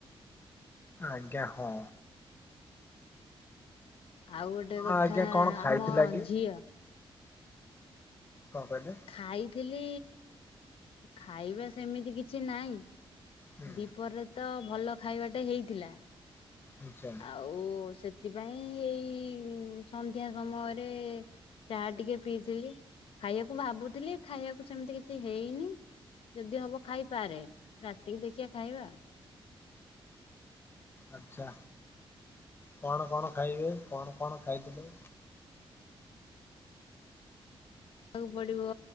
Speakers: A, on the left; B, on the left.
A: ଆଜ୍ଞା ହଁ।
B: ଆଉ ଗୋଟେ
A: ହଁ
B: କଥା
A: ଆଜ୍ଞା କଣ ଖାଇଥିଲା
B: ଆମ
A: କି
B: ଝିଅ।
A: କଣ କହିଲେ?
B: ଖାଇଥିଲି ଖାଇବା ସେମିତି କିଛି ନାହିଁ।
A: ହୁଁ।
B: ଦୀପରେ ତ ଭଲ ଖାଇବାଟେ ହେଇଥିଲା।
A: ଆଚ୍ଛା।
B: ଆଉ ସେଥିପାଇଁ ଏଇ ସନ୍ଧ୍ୟା ସମୟରେ ଚା ଟିକେ ପିଇଥିଲି। ଖାଇବାକୁ ଭାବୁଥିଲି ଖାଇବାକୁ ସେମିତି କିଛି ହେଇନି ଯଦି ହବ ଖାଇପାରେ। ରାତିକି ଦେଖିବା ଖାଇବା।
A: ଆଛା କଣ କଣ ଖାଇବେ କଣ କଣ ଖାଇଥିଲେ?
B: ଖାଇବାକୁ ପଡିବ